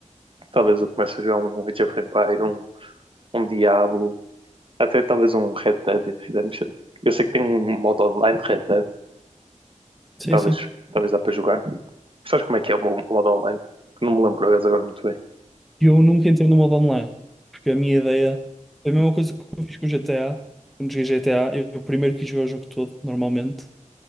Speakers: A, on the right; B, in the centre.
A: Talvez eu comece a jogar um Age of Empire, um, um Diablo, Até talvez um Red Dead Redemption. Eu sei que tem um modo online de Red Dead,
B: Sim,
A: talvez,
B: sim.
A: talvez dá para jogar. Sabes como é que é o mo- o modo online? Que não me lembro agora muito bem.
B: E Eu nunca entrei no modo online, porque a minha ideia é a mesma coisa que eu fiz com o GTA. Quando joguei GTA, eu eu primeiro quis jogar o jogo todo, normalmente.